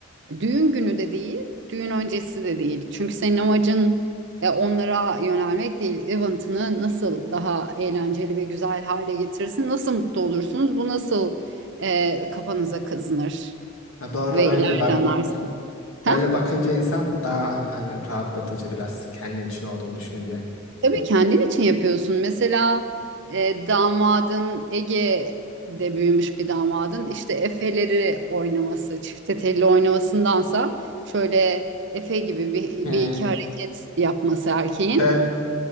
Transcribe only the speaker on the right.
Düğün günü de değil, düğün öncesi de değil. Çünkü senin amacın e, onlara yönelmek değil. Event'ını nasıl daha eğlenceli ve güzel hale getirirsin, nasıl mutlu olursunuz, bu nasıl e, kafanıza kazınır
ve
ileride
anarsınız. Ha?
Tabii kendin için yapıyorsun. Mesela e, damadın Ege'de büyümüş bir damadın işte Efe'leri oynaması, çifte telli oynamasındansa şöyle Efe gibi bir,
bir iki hareket yapması erkeğin.